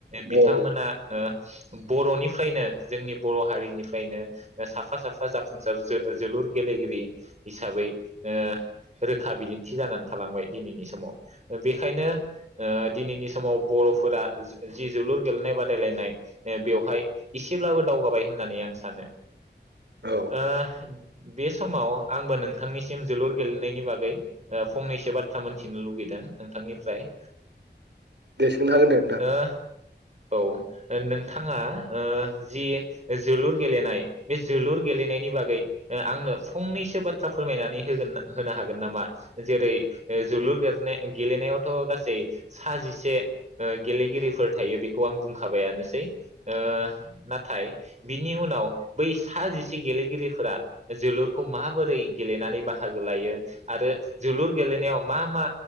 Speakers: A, on the right; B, on the right.
A: बिथांमोना
B: औ
A: ओ। बर'निफ्रायनो जोंनि बर' हारिनिफ्रायनो। साफा साफा जाफुंसार जो-जोलुर गेलेगिरि हिसाबै ओ रोखा बिदिन्थि जानानै थालांबाय दिनैनि समाव। बेखायनो ओ दिनैनि समाव बर'फोरा जि जोलुर गेलेनाय बादायलायनाय बेवहाय एसेब्लाबो दावगाबाय होननानै आं सानो।
B: औ
A: ओ बे समाव आंबो नोंथांनिसिम जोलुर गेलेनायनि बागै फंनैसो बाथ्रा मोनथिनो लुगैदों नोंथांनिफ्राय
B: दे सोंनो हागोन दे नोंथां।
A: ओ औ नोंथाङा ओ जि जोलुर गेलेनाय बे जोलुर गेलेनायनि बागै आंनो फंनैसो बाथ्रा फोरमायनानै होगोन होनो हागोन नामा जेरै जोलुर बेरनाय गेलेनायावथ गासै स जिसे गेलेगिरिफोर थायो बेखौ आं बुंखाबायानोसै ओ नाथाय बिनि उनाव। बै सा जिसे गेलेगिरिफोरा जोलुरखौ माबोरै गेलेनानै बाहागो लायो आरो जोलुर गेलेनायाव मा मा